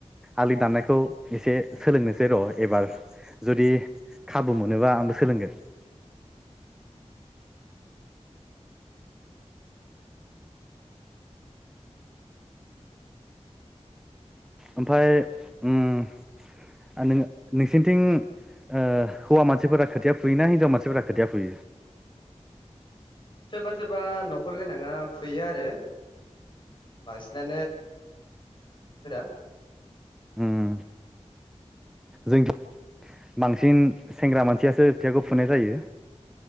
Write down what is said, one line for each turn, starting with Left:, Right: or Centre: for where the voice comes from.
Centre: आलिनि दानायखौ एसे सोलोंनोसै र एबार जुदि खाबु मोनोबा आंबो सोलोंगोन
Left: <unintelligible>
Centre: ओमफाय उम ओ नों नोंसनिथिं ओ हौवा मानसिफोरा खोथिया फुयोना हिनजाव मानसिफोरा खोथिया फुयो
Left: <unintelligible> सोरबा सोरबा नखर गोनाङा फुयो आरो बांसि <unintelligible>
Centre: उम जोंथि बांसिन सेंग्रा मानसियासो थियाखौ फुनाय जायो